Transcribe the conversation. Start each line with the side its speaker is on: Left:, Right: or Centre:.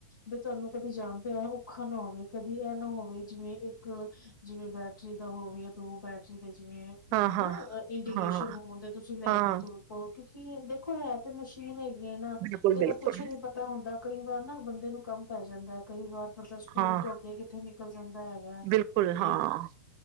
Left: ਵੀ ਤੁਹਾਨੂੰ ਕਦੀ ਜਾਣਦੇ ਆ ਔਖਾ ਨਾ ਹੋਵੇ ਕਦੀ ਇਹ ਨਾ ਹੋਵੇ, ਜਿਵੇਂ ਇੱਕ ਜਿਵੇਂ ਬੈਟਰੀ ਦਾ ਹੋਵੇ ਜਾਂ ਦੋ ਬੈਟਰੀ ਜਿਵੇਂ
Right: ਹਾਂ-ਹਾਂ,
Left: ਹਨਾ ਇੰਡੀਕੇਸ਼ਨ
Right: ਹਾਂ-ਹਾਂ,
Left: ਹੋਣ ਦੇ ਤੁਸੀਂ ਲੈ
Right: ਹਾਂ
Left: ਕੇ ਤੁਰ ਪਓ ਕਿ ਕੀ ਦੇਖੋ ਹੈ, ਤੇ ਮਸ਼ੀਨ ਹੈਗੀ। ਨਾ
Right: ਬਿਲਕੁਲ-ਬਿਲਕੁਲ
Left: ਇਹ ਤਾਂ ਕੁਛ ਨੀ ਪਤਾ ਹੁੰਦਾ। ਕਈ ਵਾਰ ਨਾ ਬੰਦੇ ਨੂੰ ਕੰਮ ਪੈ ਜਾਂਦਾ ਕਈ ਵਾਰ ਮਤਲਬ ਸਕੂਲ
Right: ਹਾਂ ਹਾਂ
Left: ਤੋਂ ਅੱਗੇ ਕਿੱਥੇ ਦੀ ਜਾਂਦਾ ਹੈਗਾ
Right: ਬਿਲਕੁਲ ਬਿਲਕੁਲ
Left: ਤੇ,
Right: ਹਾਂ, ਬਿਲਕੁਲ ਹਾਂ,